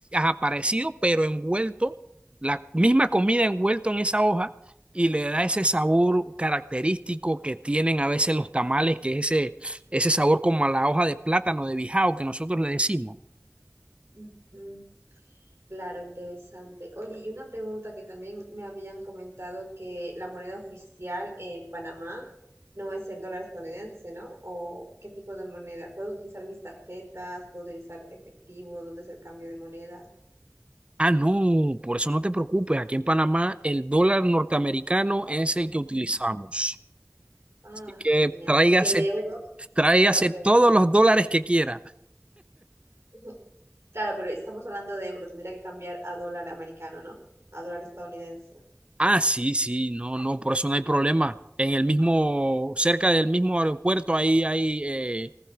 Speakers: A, on the right (about 25°); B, on the right (about 70°).
A: aparecido, pero envuelto, la misma comida envuelto en esa hoja y le da ese sabor característico que tienen a veces los tamales, que es ese, ese sabor como a la hoja de plátano de bijao que nosotros le decimos.
B: Ujú. Claro, interesante. Oye, y una pregunta que también me habían comentado que la moneda oficial en Panamá no es el dólar estadounidense, ¿no? ¿O qué tipo de moneda? ¿Puedo utilizar mis tarjetas? ¿Puedo utilizar efectivo? ¿Dónde es el cambio de moneda?
A: Ah, no, por eso no te preocupes. Aquí en Panamá el dólar norteamericano es el que utilizamos.
B: Ujú. Ah,
A: Así que
B: genial.
A: tráigase,
B: ¿Y el euro?
A: tráigase
B: Claro, pero
A: todos los dólares que quiera.
B: <laughs> claro, pero estamos hablando de euro, tendría que cambiar a dólar americano, ¿no? A dólar estadounidense.
A: Ah, sí, sí, no, no, por eso no hay problema. En el mismo, cerca del mismo aeropuerto, ahí hay eh,